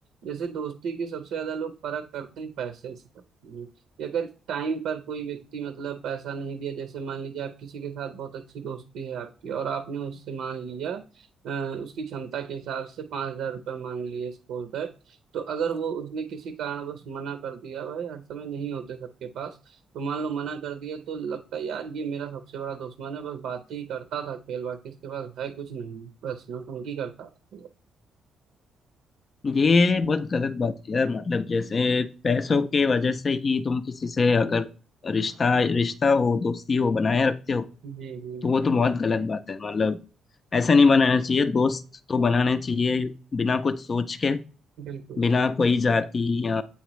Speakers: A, on the right; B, on the left.
A: जैसे दोस्ती की सबसे ज्यादा लोग परख करते हैं पैसे से करते हैं कि अगर टाइम पर कोई व्यक्ति मतलब पैसा नहीं दिया जैसे मान लीजिए आप किसी के साथ बहुत अच्छी दोस्ती है आपकी और आपने उससे मान लिया अ, उसकी क्षमता के हिसाब से पांच हजार रुपये मांग लिए सपोज तो अगर वो उसने किसी कारणवश मना कर दिया भाई हर समय नहीं होते सबके पास तो मान लो मना कर दिया तो लगता है यार ये मेरा सबसे बड़ा दुश्मन है बस बातें ही करता था खेल बाकी इसके पास है कुछ नहीं बस नौटंकी करता था
B: तो ये बहुत गलत बात है यार मतलब जैसे पैसों के वजह से ही तुम किसी से अगर रिश्ता रिश्ता हो दोस्ती हो बनाए रखते हो
A: जी जी
B: तो वो तो बहुत गलत बात है मतलब ऐसा नहीं बनाना चाहिए दोस्त तो बनाने चाहिए बिना कुछ सोच के
A: बिल्कुल
B: बिना कोई जाति या